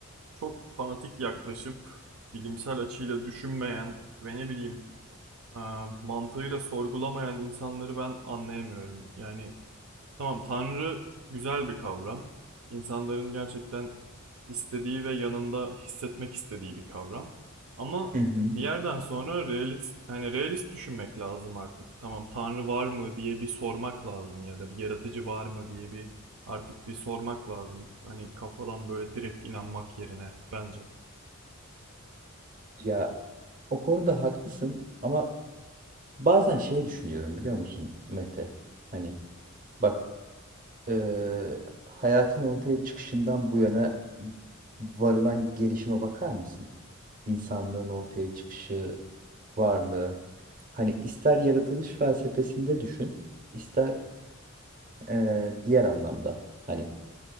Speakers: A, on the right; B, on the right.
A: çok fanatik yaklaşıp bilimsel açıyla düşünmeyen ve ne bileyim e, mantığıyla sorgulamayan insanları ben anlayamıyorum. Yani Tamam, Tanrı güzel bir kavram. İnsanların gerçekten istediği ve yanında hissetmek istediği bir kavram. Ama
B: Hı hı.
A: bir yerden sonra realist, hani realist düşünmek lazım artık. Tamam, Tanrı var mı diye bir sormak lazım ya da bir yaratıcı var mı diye bir artık bir sormak lazım. Hani kafadan böyle direkt inanmak yerine bence.
B: Ya o konuda haklısın ama bazen şey düşünüyorum biliyor musun Mete? Hani bak eee, hayatın ortaya çıkışından bu yana varılan gelişime bakar mısın? İnsanlığın ortaya çıkışı, varlığı. Hani ister yaratılış felsefesinde düşün, ister eee, diğer anlamda. Hani